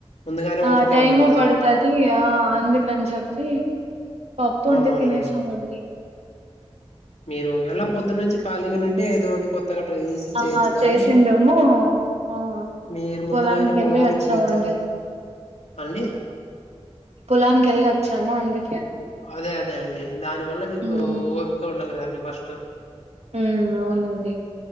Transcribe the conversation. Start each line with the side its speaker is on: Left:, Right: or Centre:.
Left: ముందుగానే ఓపిక
Right: ఆ టైము
Left: ఉండదా
Right: పడుతది ఆ అందుకని చెప్పి పప్పు
Left: అవునవునులేండి
Right: ఉంటే తినేసామండి
Left: మీరు ఎలా పొద్దు నుంచి ఖాళీగా నుంటే ఏదో ఒకటి కొత్తగా ట్రై చేసి
Right: ఆ!
Left: చేయొచ్చు కానీ
Right: చేసిండేమో
Left: ఇప్పుడు
Right: ఆ!
Left: మీరు ముందుగానే
Right: పొలానికెళ్ళి
Left: పొలానికి
Right: వచ్చామండి.
Left: పోయిచ్చారు అండి
Right: పొలానికెల్లాచ్చాము అండి
Left: అదే అదే అండి దాని వల్ల మీకూ
Right: హ్మ్.
Left: ఓపికతో ఉండాలి గదండి ఫస్ట్
Right: మ్మ్ అవునండి